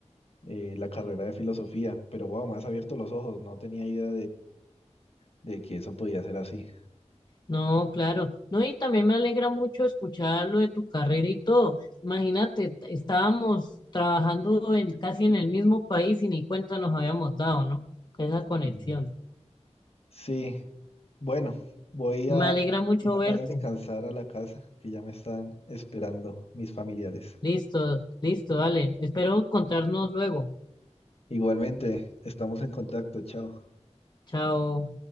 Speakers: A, on the left; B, on the left.
A: eh, la carrera de filosofía. Pero wow, me has abierto los ojos, no tenía idea de que eso podía ser así.
B: No, claro. No, y también me alegra mucho escuchar lo de tu carrera y todo. Imagínate, t- estábamos trabajando en, casi en el mismo país y ni cuenta nos habíamos dado, ¿no? Con Esa conexión.
A: Mm. Sí, bueno, voy
B: Me
A: a
B: alegra mucho
A: ir
B: verte.
A: a descansar a la casa, que ya me están esperando mis familiares.
B: Listo, listo, dale. Espero encontrarnos luego.
A: Igualmente, estamos en contacto, chao.
B: Chao.